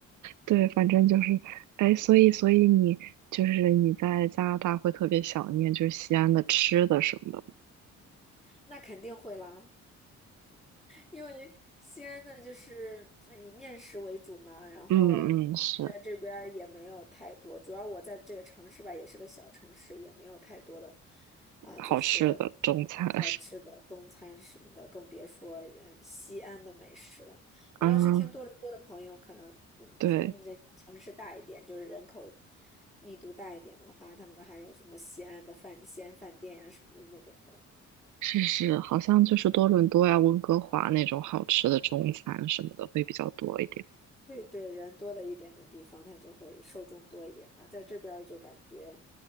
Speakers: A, on the right; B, on the left.
A: 对，反正就是，哎，所以，所以你就是你在加拿大会特别想念就是西安的吃的什么的。
B: 那肯定会啦。因为西安呢，就是呃以面食为主嘛，然后在这边儿也没有太多，
A: 嗯嗯，是
B: 主要我在这个城市吧，也是个小城市，也没有太多的啊，
A: 好吃的中餐。
B: 就是
A: <laughs>
B: 好吃的中餐什么的，更别说嗯西安的美食了。我倒是听多伦多的朋友，
A: 嗯，
B: 可能嗯人人家城市大一点，
A: 对，
B: 就是人口密度大一点的话，他们还有什么西安的饭西安饭店呀、什么的那种的。
A: 是是，好像就是多伦多呀、温哥华那种好吃的中餐什么的会比较多一点。
B: 对对，人多的一点的地方，它就会受众多一点嘛。在这边儿就感觉，